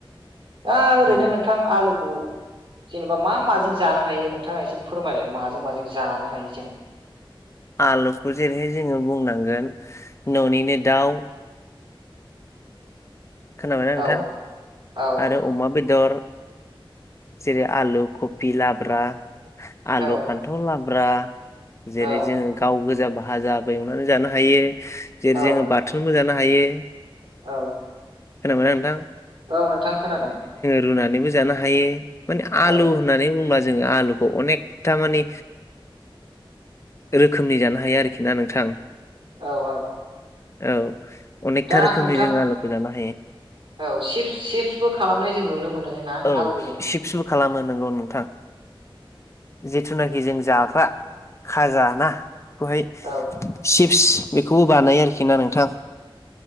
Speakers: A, on the right (about 65°); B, on the left (about 30°).
A: दा ओरैनो
B: माने
A: नोंथां आलुखौ। जेनेबा मा माजों जानो हायो नोंथाङा एसे फोरमायलाय माजों माजों जानो हायो जों। <inaudible>
B: आलुखौ जेरैहाय जोङो बुंनांगोन न'निनो दाउ। खोनाबायना
A: औ
B: नोंथां
A: औ
B: आरो अमा बेद दर जेरै आलु कफि लाब्रा। आलु
A: औ
B: फान्थाव लाब्रा
A: औ
B: जेरै जोङो गाव गोजा। भाजाबो एवनानै जानो हायो जेरै जोङो
A: औ
B: बाथोनबो जानो हायो।
A: औ।
B: खोनाबायना नोंथां?
A: औ नोंथां खोनादों।
B: रुनानै जानो हायो माने
A: औ
B: आलु होननानै बुंबा जों। जों आलुखौ अनेकथा मानि। रोखोमनि जानो हायो आरोखि ना नोंथां।
A: औ औ।
B: औ अनेकथा
A: दा
B: रोखोमनि
A: नोंथां
B: जोङो आलूखौ जानो
A: औ चिप्स सिप्सबो खालामनाय जों नुनो मोनो ना
B: औ
A: आलुजों?
B: सिप्सबो खालामो नोंगौ नोंथां जिथुनाखि जों जाग्रा खाजा ना खौहाय
A: औ
B: स बिखौबो बानायो आरो ना नोंथां